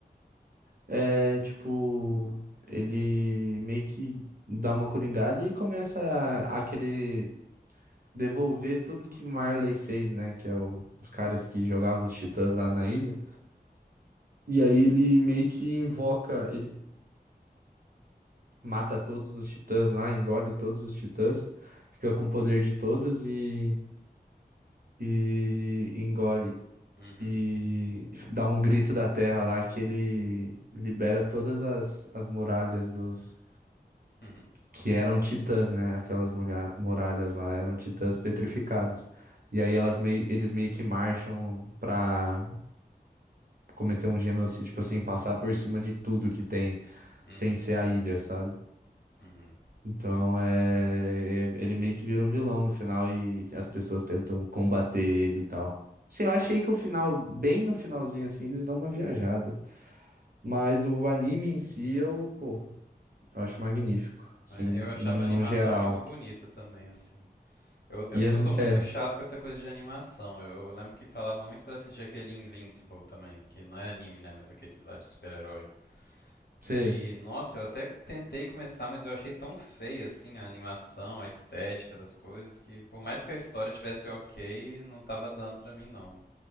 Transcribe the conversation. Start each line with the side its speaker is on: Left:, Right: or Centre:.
Right: é tipo, ele meio que dá uma coringada e começa a a querer devolver tudo que Marley fez, né? Que é o- os caras que jogavam os titãs lá na ilha. E aí ele meio que invoca, ele mata todos os titãs lá, engole todos os titãs, fica com o poder de todos e, e engole.
Left: Uhum.
Right: E dá um grito da terra lá que ele libera todas as, as muralhas dos.
Left: Uhum.
Right: Que eram titãs, né? Aquelas mulha- muralhas lá eram titãs petrificadas. E aí elas meio, eles meio que marcham pra cometer um genocídio, tipo assim, passar por cima de tudo que tem,
Left: Uhum.
Right: sem ser a ilha, sabe?
Left: Uhum.
Right: Então, é... é, ele meio que vira um vilão no final e as pessoas tentam combater ele e tal. Sim, eu achei que o final, bem no finalzinho assim, eles dão uma viajada. Mas o anime em si, eu, pô, eu acho magnífico. Assim,
Left: É, eu achava
Right: num, num
Left: a animação
Right: geral.
Left: muito bonita também, assim. Eu, é
Right: E
Left: porque
Right: as,
Left: eu sou muito
Right: é,
Left: chato com essa coisa de animação. Eu, eu lembro que falavam muito pra assistir aquele Invincible também, que não é anime, né, mas aquele lá de super-herói.
Right: sei,
Left: E nossa, eu até tentei começar, mas eu achei tão feia assim a animação, a estética das coisas, que por mais que a história tivesse ok, não tava dando pra mim não.